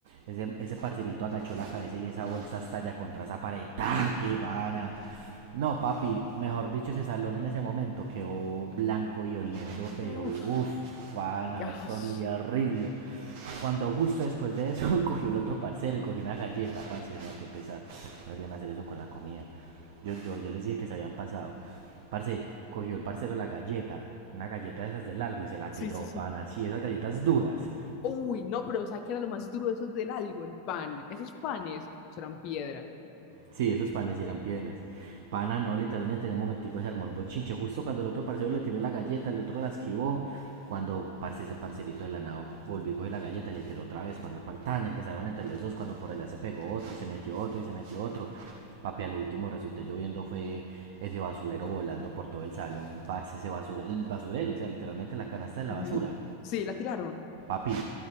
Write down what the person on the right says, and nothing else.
ese, ese parcerito agachó la cabeza y esa bolsa estalla contra esa pared. ¡Ah, ¡Qué pana! No, papi, mejor dicho, ese salón en ese momento quedó blanco y oliendo, pero
uff, pana,
eso olía horrible. Cuando justo después de eso <laughs> cogió el otro parcero y cogió una galleta, parce, no, qué pesar, <sniffs> no deberían hacer eso con la comida. Yo, yo, yo les dije que se habían pasado. Parce, cogió el parcero la galleta, una galleta de esas del algo y se la
tiró,
pana, así, esas galletas duras.
Sí, esos panes sí eran piedras. Pana no, literalmente en un momentico se armó el bochinche. Justo cuando el otro parcero le tiró la galleta, el otro la esquivó. Cuando parce, ese parcerito de la nao volvió a coger la galleta, le tiró otra vez. Cuando el par- tan empezaron entre los dos, cuando por allá se pegó otro y se metió otro y se metió otro. Papi, al último resulté yo viendo fue ese basurero volando por todo el salón. Parce, ese basurero, el basurero, o sea, literalmente la canasta de la
basura.
Papi,